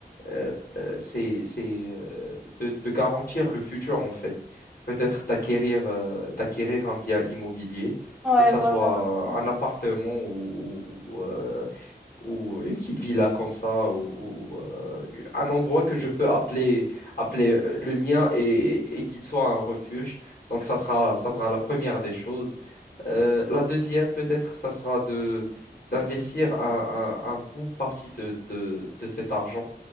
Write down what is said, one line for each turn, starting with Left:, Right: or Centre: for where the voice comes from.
Left: euh, euh, c'est, c'est euh, de, de garantir le futur, en fait. Peut-être d'acquérir euh, d'acquérir un bien immobilier,
Centre: Ouais,
Left: que ce
Centre: voilà.
Left: soit
Centre: Mm.
Left: un appartement ou, ou- ou, euh, ou une petite villa comme ça, ou, ou, euh, un endroit que je peux appeler, appeler euh, le mien et, et qu'il soit un refuge. Donc, ça sera, ça sera la première des choses. Euh, la deuxième, peut-être, ça sera de, d'investir un, un, un bout partie de, de, de cet argent